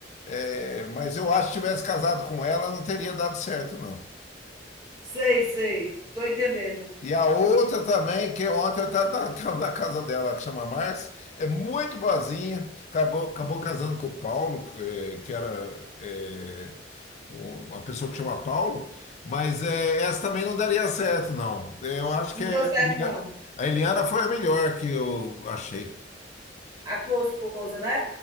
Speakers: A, on the left (about 40°); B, on the right (about 20°).
A: É, mas eu acho que se tivesse casado com ela, não teria dado certo, não.
B: Sei, sei. Tô entendendo.
A: E a outra também, que ontem eu estava <laughs> na casa dela, que chama Márcia, é muito boazinha, acabou, acabou casando com o Paulo, eh, que era eh, um- uma pessoa que chama Paulo, mas eh, essa também não daria certo, não. Eu acho
B: Não
A: que a
B: deu certo,
A: Eliana
B: não.
A: a Eliana foi a melhor que eu achei.
B: A tua esposa, né?